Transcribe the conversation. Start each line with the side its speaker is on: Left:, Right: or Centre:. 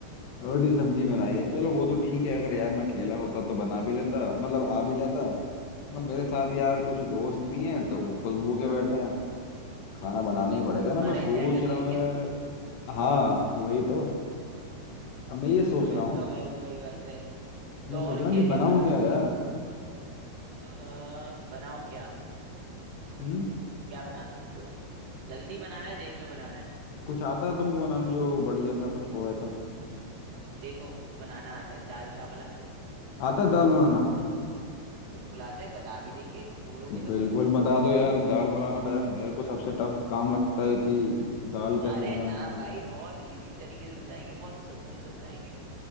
Left: रोटी सब्जी बनाई है चलो वो तो ठीक है अगर यार मैं अकेला होता तो बना भी लेता मतलब आ भी जाता मगर मेरे साथ यार कुछ दोस्त भी हैं तो वो खुद भूखे बैठे हैं खाना बनाना ही पड़ेगा
Right: तुम्हारा
Left: ना मैं सोच
Right: इंतजार कर
Left: रहा
Right: रहे हैं
Left: हूँ
Right: क्या
Left: यार हाँ वही तो अब मैं ये सोच
Right: फिर
Left: रहा हूँ
Right: तो बस वही बात है तो
Left: मैं सोच
Right: और
Left: रहा
Right: क्या
Left: हूँ कि
Right: क्या
Left: बनाऊँ
Right: मतलब
Left: क्या यार
Right: कुछ अ, बनाओ क्या
Left: हम्म
Right: क्या बना सकते हो जल्दी बनाना है देर में बनाना है
Left: कुछ आता है तुमको बनाने जो बढ़िया सा कुछ हो ऐसा
Right: देखो बनाना आता है दाल चावल आते हैं
Left: आता है दाल बनाना
Right: बिल्कुल आता है बता भी देंगे बोलोगे
Left: बिल्कुल
Right: तो
Left: बता दो यार दाल बनाना यार मेरे को सबसे टफ काम लगता है कि दाल कैसे
Right: अरे
Left: बनाए
Right: ना
Left: यार।
Right: भाई बहुत इजी तरीके से बताएंगे बहुत सुकून से बताएंगे